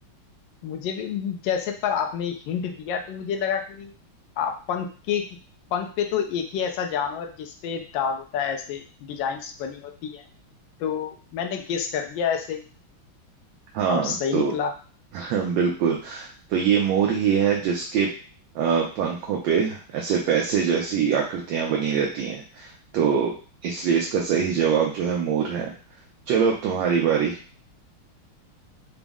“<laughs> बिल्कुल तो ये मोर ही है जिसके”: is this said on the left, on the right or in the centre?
Right